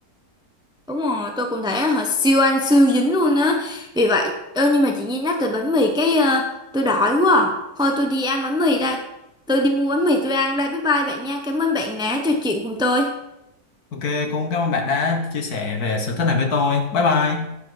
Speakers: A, in the centre; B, on the left.
A: Đúng rồi, tôi cũng thấy họ siêu ăn siêu dính luôn á. Vì vậy, ơ nhưng mà chị Nhi nhắc tới bánh mì cái ờ, tôi đói quá. à. Thôi tôi đi ăn bánh mì đây. Tôi đi mua bánh mì tôi ăn đây. Bye bye bạn nha. Cảm ơn bạn đã trò chuyện cùng tôi.
B: Ok, cũng cảm ơn bạn đã chia sẻ về sở thích này với tôi. Bye bye.